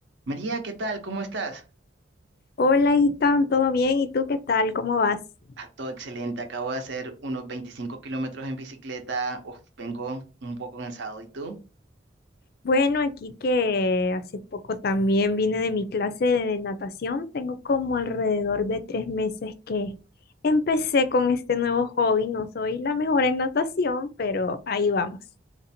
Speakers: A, on the right; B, on the left.
A: María, ¿qué tal? ¿Cómo estás?
B: Hola, Itan, ¿todo bien? ¿Y tú qué tal? ¿Cómo vas?
A: Ah, todo excelente. Acabo de hacer unos 25 kilómetros en bicicleta. Uf, vengo un poco cansado. ¿Y tú?
B: Bueno, aquí que hace poco también vine de mi clase de natación. Tengo como alrededor de tres meses que empecé con este nuevo hobby. No soy la mejor en natación, pero ahí vamos.